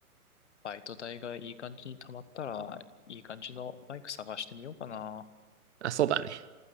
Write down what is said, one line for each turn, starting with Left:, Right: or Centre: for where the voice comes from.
Left: バイト代がいい感じに貯まったら、いい感じのバイク探してみようかな。
Right: あ、そうだね。